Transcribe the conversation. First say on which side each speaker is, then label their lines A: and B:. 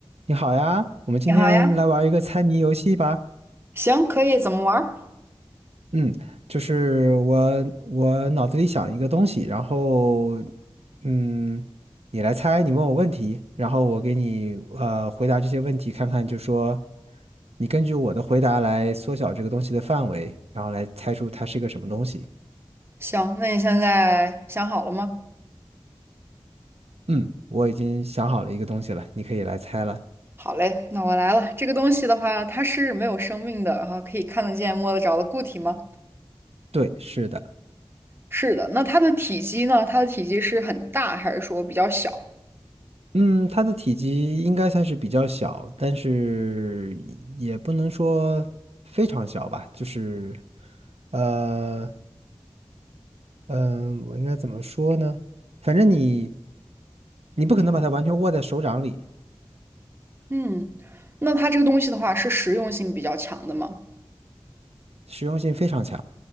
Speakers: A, on the right; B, on the right.
A: 你好呀，我们今天来玩一个猜谜游戏吧。
B: 你好呀，行，可以，怎么玩儿？
A: 嗯，就是我我脑子里想一个东西，然后嗯，你来猜，你问我问题，然后我给你呃回答这些问题，看看就说你根据我的回答来缩小这个东西的范围，然后来猜出它是一个什么东西。
B: 行，那你现在想好了吗？
A: 嗯，我已经想好了一个东西了，你可以来猜了。
B: 好嘞，那我来了。这个东西的话，它是没有生命的，然后可以看得见、摸得着的固体吗？
A: 对，是的。
B: 是的。那它的体积呢？它的体积是很大，还是说比较小？
A: 嗯，它的体积应该算是比较小，但是也不能说非常小吧，就是，呃，嗯、我应该怎么说呢？反正你，你不可能把它完全握在手掌里，
B: 嗯，那它这个东西的话，是实用性比较强的吗？
A: 实用性非常强。